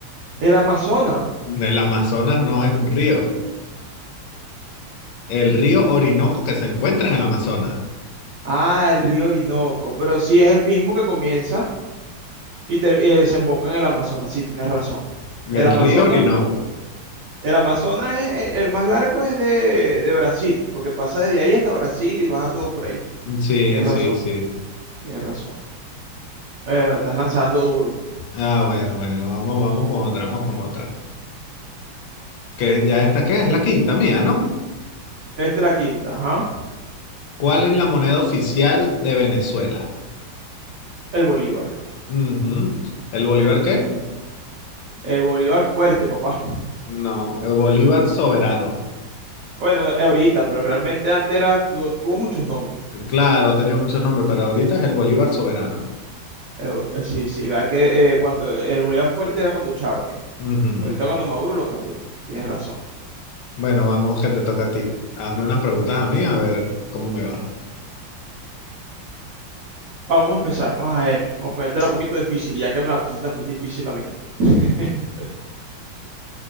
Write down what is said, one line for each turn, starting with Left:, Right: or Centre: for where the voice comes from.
Right: El Amazonas.
Left: El Amazonas no es un río. El río Orinoco que se encuentra en el Amazonas.
Right: Ah, el río Orinoco. Pero sí es el mismo que comienza y, te- y desemboca en el Amazonas. Sí, tienes razón.
Left: El
Right: El Amazonas.
Left: río Orinoco.
Right: El Amazonas es, e, el más largo es de, de Brasil, porque pasa desde ahí hasta Brasil y baja todo por ahí.
Left: Sí,
Right: Tienes razón,
Left: sí, sí.
Right: tienes razón. Eh, me estás lanzando duro.
Left: Ah, bueno, bueno. Vamos, vamos con otra, vamos con otra. Que ya esta, ¿qué es? La quinta mía, ¿no?
Right: Este es la quinta, ajá.
Left: ¿Cuál es la moneda oficial de Venezuela?
Right: El Bolívar.
Left: Ujú. ¿El Bolívar qué?
Right: El Bolívar fuerte, papá.
Left: No, el Bolívar soberano.
Right: Bueno, eh, ahorita, pero realmente antes era, tuvo, tuvo muchos nombres.
Left: Claro, ha tenido muchos nombres, pero ahorita es el Bolívar soberano.
Right: Eh, eh, sí, sí, verdad que eh, cuando el Bolívar fuerte era cuando Chávez.
Left: Ujú.
Right: Ahorita cuando Maduro lo cambió. Tienes razón.
Left: Bueno, vamos que te toca a ti. Hazme unas preguntas a mí, a ver cómo me va.
Right: Vamos a empezar, vamos a ver. Vamos a ponértela un poquito difícil, ya que me la pusiste también difícil a mí. <laughs>